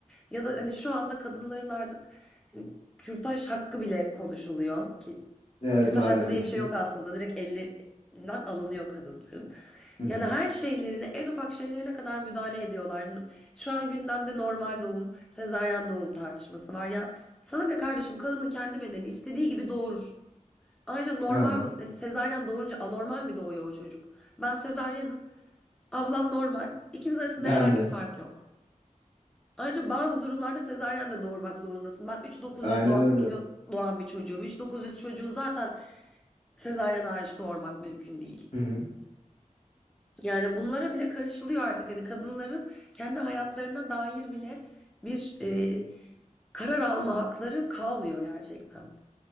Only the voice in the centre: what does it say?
Ya da hani şu anda kadınların artık hani kürtaj hakkı bile konuşuluyor ki
kürtaj
hakkı diye bir şey
yok aslında. Direkt ellerinden alınıyor kadınların.
Yani
her şeylerine, en ufak şeylerine kadar müdahale ediyorlar. Şu an gündemde normal doğum, sezaryen doğum tartışması var ya. Sana ne kardeşim kadının kendi bedeni istediği gibi doğurur. Ayrıca normal
do yani sezaryen doğurunca anormal mi doğuyor o çocuk? Ben sezaryenim. Ablam normal. İkimiz arasında
herhangi
bir fark yok. Ayrıca bazı durumlarda sezaryen de doğurmak zorundasın. Ben 3.900
doğa-
kilo doğan bir çocuğum. 3.900 çocuğu zaten Sezaryen hariç doğurmak mümkün değil.
Yani bunlara bile karışılıyor artık. Hani kadınların kendi hayatlarına dair bile bir e, karar alma hakları kalmıyor gerçekten.